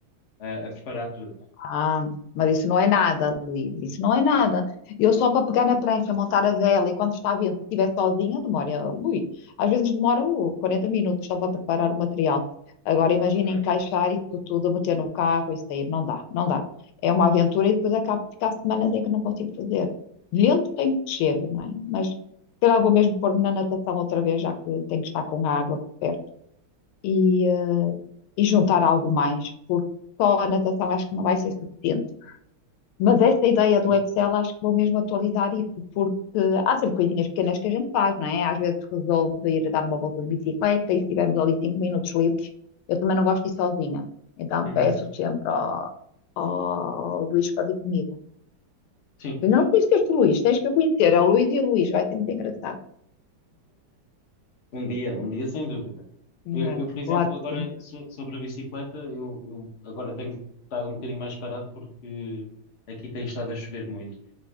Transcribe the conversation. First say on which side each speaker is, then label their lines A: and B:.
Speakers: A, on the left; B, on the left.
A: uh, a preparar tudo.
B: Ah, mas isso não é nada, Luís, isso não é nada. Eu só para pegar na prancha, montar a vela e quando está a vento, se estiver sozinha, demora, ui, às vezes demora uh, 40 minutos só para preparar o material. Agora imagina
A: Ok.
B: encaixar isso tudo, meter no carro e sair, não dá, não dá. É uma aventura e depois acabo de ficar semanas em que não consigo fazer. Vento tenho que chego, não é? Mas se calhar vou mesmo pôr-me na natação outra vez, já que tenho que estar com a água por perto e, eh, e juntar algo mais, porque só a natação acho que não vai ser suficiente mas esta ideia do
A: Pois.
B: Excel, acho que vou mesmo atualizar isso, porque há sempre coisinhas pequenas que a gente faz, não é? Às vezes resolve ir dar uma volta de bicicleta e se tivermos ali cinco minutos livres, eu também não gosto de ir sozinha. Então
A: Uhum.
B: peço sempre ao, ao Luís para vir comigo.
A: Sim.
B: Eu ainda não conheço este Luís, tens que eu conhecer. É o Luís e o Luís, vai ser muito engraçado.
A: Um dia, um dia sem dúvida.
B: Hum,
A: Eu, eu, por exemplo,
B: Claro que
A: agora
B: sim.
A: so- sobre a bicicleta, eu, eu agora tenho estado um bocadinho mais parado porque aqui tem estado a chover muito